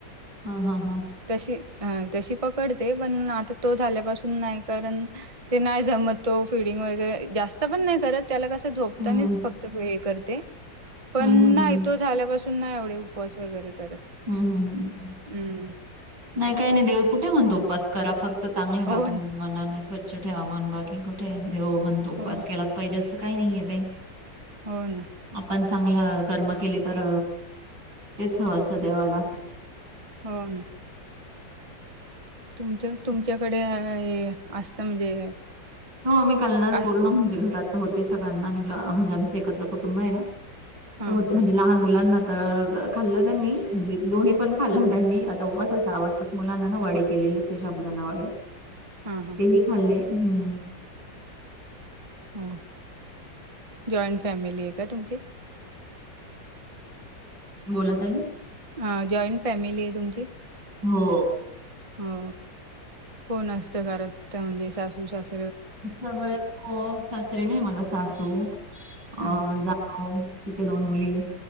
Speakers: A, on the right (about 70°); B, on the right (about 25°).
A: हा ह हा.
B: तशी हा तशी पकडते पण आता तो झाल्यापासून नाई कारण ते नाही जमत तो फिडिंग वगैरे जास्त पण नाय करत त्याला कसं झोपतानीच
A: हं.
B: फक्त हे करते पण
A: हं, हं,
B: नाय
A: हं.
B: तो झाल्यापासून नाय एवढे उपवास वगैरे करत.
A: हम् हम्म हम्
B: हम्म
A: नाई काय नाय देव कुठे म्हणतो उपवास करा फक्त चांगले रहा
B: हो
A: तुमी
B: ना.
A: मनाने स्वच्छ ठेवा मन बाकी कुठे देव म्हणतो उपवास
B: हो
A: केलाच् पायजे असं काई नाईये बें.
B: होय ना.
A: आपण चांगलं कर्म केले तर तेच हवं असतं देवाला.
B: हो ना. तुमच तुमच्याकडे असत म्हणजे.
A: हो आम्ही कालनार पूर्ण
B: असं
A: म्हणजे घरात होते सगळ्यांना म्हणजे आमच एकत्र कुटुंब आहे ना.
B: हां
A: होते
B: का
A: म्हणजे लांब. लहान मुलांना त खाल्ल त्यांनी म्हणजे दोन्ही पण खाल्ल त्यांनी आता उपवासाच आवडत. मुलांना ना वडे केलेले होते शाबुदाना वडे
B: हां हां
A: ते ही खाल्ले हम्म
B: हो जॉइंट फॅमिलीये का तुमची?
A: बोला ताई.
B: हां जॉईंट फॅमिली आहे तुमची?
A: हो
B: हो कोण असत घरातत म्हणजे सासू सास
A: सगळ हो सासरे नाई मला सासू अ
B: हां
A: जा हो तिच्या दोन मुली